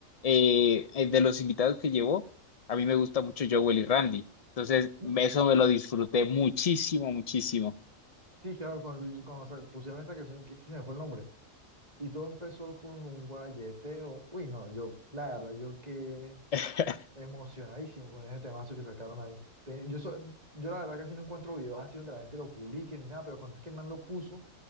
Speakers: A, on the left; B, on the right.
A: Eh, eh, de los invitados que llevó, a mí me gusta mucho Joel y Randy, entonces
B: Uh,
A: eso me lo disfruté muchísimo, muchísimo.
B: Sí, claro, cuando, cuando se pusieron esa canción, que, que se me fue el nombre. Y todo empezó con un guayeteo. Uy, no, yo, la verdad, yo qué
A: <laughs>
B: emocionadísimo con ese temazo que sacaron ahí. Te- yo, so- yo la verdad casi no encuentro videos así donde la gente lo publique ni nada, pero cuando es que el man lo puso,